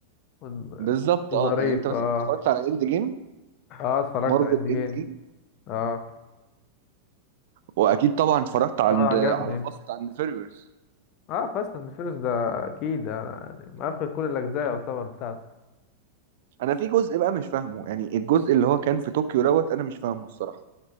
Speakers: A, on the left; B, on the right.
A: و-
B: بالظبط
A: وظريف
B: اه يعني انت مثلا
A: اه
B: اتفرجت على اند جيم
A: اه اتفرجت
B: مارفل
A: على اند جيم
B: اند جيم
A: اه
B: واكيد طبعا اتفرجت عند
A: اه عجبني
B: على فاست اند فيريوس
A: اه فاست اند فيرس ده اكيد آه، يعني مقفل كل الاجزاء يعتبر بتاعته
B: انا في جزء بقى مش فاهمه يعني الجزء اللي هو كان في طوكيو دوت انا مش فاهمه الصراحه